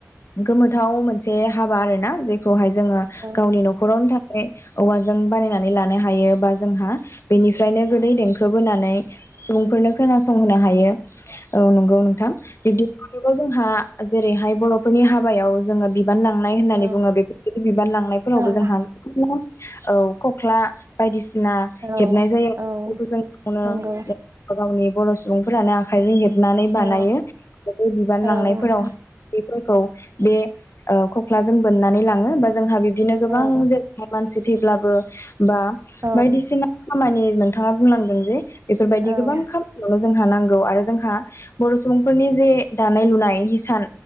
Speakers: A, on the left; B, on the right.
A: <unintelligible> गोमोथाव मोनसे हाबा आरोना जे बेखौहाय जोङो
B: औ
A: गावनि नखरावनो था बे औवाजों बानायना <unintelligible> लानोहायो बा जोंहा बेनिफ्रायनो गोदै देंखो खोबोनानै सुबुंफोरनो खोनासंहोनो हायो। औ नंगौ नोंथां बिबदिखायनोथ जोंहा जेरैहाय बर'फोरनि हाब हाबायाव जोङो बिब बिबान लांनाय होननानै
B: औ
A: बुङो बेफोरबायदि बिबान लांनायफोरावबो
B: औ
A: जोंहा <unintelligible> औ खख्ला बायदिसि सिना
B: औ
A: हेबनाय जायो
B: औ
A: बेफोरखौजों गावनो
B: नंगौ
A: गावनि बर' सुबुंफोरानो आखाइजों हेब हेबनानै बानायो
B: औ
A: बेफोरखौ बिबान लांनायफोराव
B: औ नोंथां
A: <unintelligible> बे ओ खख्लाजों बोननानै लाङो बा जोंहा बे बिदिनो गोबां
B: औ
A: जेरहाय मानसि थैब्लाबो बा
B: औ
A: बायदिसिना खामानि नोंथाङा बुंनांदों जे बेफोरबायदि
B: औ
A: गोबां खामानियावनो जोंहा नांगौ आरो जोंहा बर' सुबुंफोरनि जे दानाय लुनाय हिसान